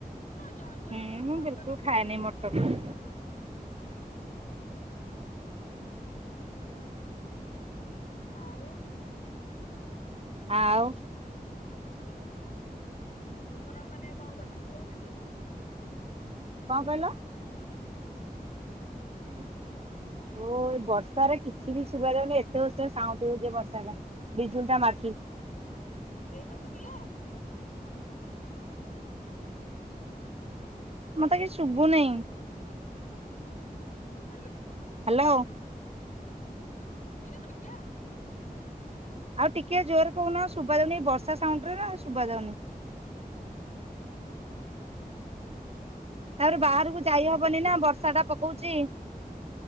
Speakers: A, on the left; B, on the right.
A: ଜଣ
B: ହୁଁ
A: ଜଣଙ୍କୁ ବି
B: ମୁଁ
A: ମଟନ
B: ବିଲକୁଲ
A: ଭଲ
B: ଖାଏନି
A: ଲାଗେନି।
B: ମଟନ
A: ଆଉ
B: ଆଉ
A: ତମର ମାନେ କଣ ଗୋଟେ ପୁଅ ଖାଲି?
B: କଣ କହିଲ ଓ ବର୍ଷ ବର୍ଷାରେ କିଛି ବି ଶୁଭାଯାଉନି ଏତେ ଜୋରରେ ସାଉଣ୍ଡ ହଉଛି ବର୍ଷା ଟା ବିଜୁଳି ଟା ମା
A: ଏଇନା ଶୁଭିଲା।
B: ମତେ କିଛି ଶୁଭୁନି।
A: ହ୍ୟାଲୋ।
B: ହ୍ୟାଲୋ।
A: ଏନା ଶୁଭିଲା?
B: ଆଉ ଟିକେ ଜୋରେ କହୁନ ଶୁଭ ଯାଉନି ବର୍ଷା ସାଉଣ୍ଡରେ ନା ଶୁଭ ଯାଉନି। ତାପରେ ବାହାରକୁ ଯାଇ ହବନି ନା ବର୍ଷା ଟା ପକଉଛି।